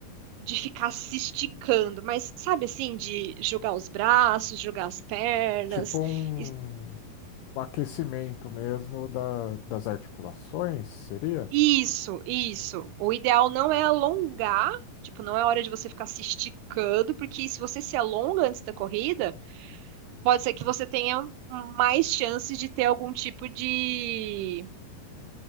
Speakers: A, on the right; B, on the left.
A: de ficar se esticando, mas sabe assim, de jogar os braços, jogar as pernas.
B: Tipo um,
A: Is-
B: um aquecimento mesmo da, das articulações, seria?
A: Isso, isso. O ideal não é alongar, tipo, não é hora de você ficar se esticando, porque se você se alonga antes da corrida, pode ser que você tenha mais chances de ter algum tipo de,